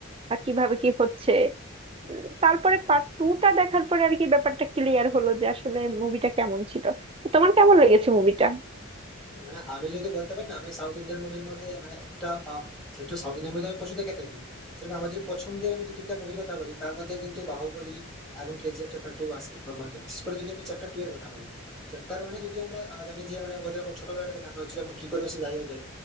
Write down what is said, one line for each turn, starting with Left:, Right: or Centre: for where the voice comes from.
Right: বা কিভাবে কি হচ্ছে উম, তারপরে পার্ট টুটা দেখার পরে আর কি ব্যাপারটা ক্লিয়ার হলো যে আসলে মুভিটা কেমন ছিল তো তোমার কেমন লেগেছে মুভিটা
Centre: মানে আমি যদি বলতে পারি না আমি সাউথ ইন্ডিয়ান মুভির মধ্যে মানে একটা আহ, যেহেতু সাউথ ইন্ডিয়ান মুভি আমি পছন্দ দেখে থাকি সেরকম আমার যদি পছন্দের আমি দু তিনটা মুভির কথা বলি তার মধ্যে কিন্তু বাহুবলী এবং কেজিএফ চ্যাপ্টার টু আছে ওর মধ্যে বিশেষ করে যদি আমি চ্যাপ্টার টু এর কথা বলি চ্যাপ্টার ওয়ানে যদি আমরা আহ, জানি যে মানে ওদের ছোটবেলাটা দেখা হয়েছিল এবং কি করে সে জায়গায় গেল